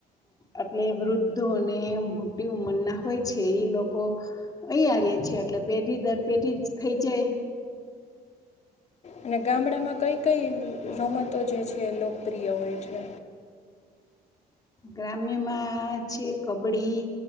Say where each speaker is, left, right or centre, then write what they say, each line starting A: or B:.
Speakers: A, on the left; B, on the left.
A: એટલે વૃદ્ધો અને મોટુ ઉંમર ના હોય છે લોકો અહીંયા રેય છે એટલે પેઢી દર પેઢી થઈ જાય.
B: અને ગામડા માં કઈ કઈ રમતો જે છ કેે લોકપ્રિય હોય છે.
A: ગ્રામ્યમાં છે કબડ્ડી